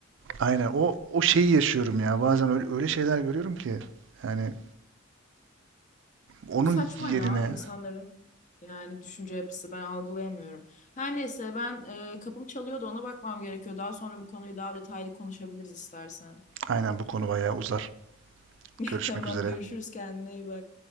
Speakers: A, on the right (about 60°); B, on the left (about 35°).
A: Aynen. O o şeyi yaşıyorum ya. Bazen öyle, öyle şeyler görüyorum ki. Yani onun
B: Çok saçma
A: yerine
B: ya insanların yani düşünce yapısı ben algılayamıyorum. Her neyse ben e, kapım çalıyordu ona bakmam gerekiyor. Daha sonra bu konuyu daha detaylı konuşabiliriz istersen.
A: aynen bu konu bayağı uzar.
B: <laughs>
A: Görüşmek
B: Tamam
A: üzere.
B: görüşürüz kendine iyi bak.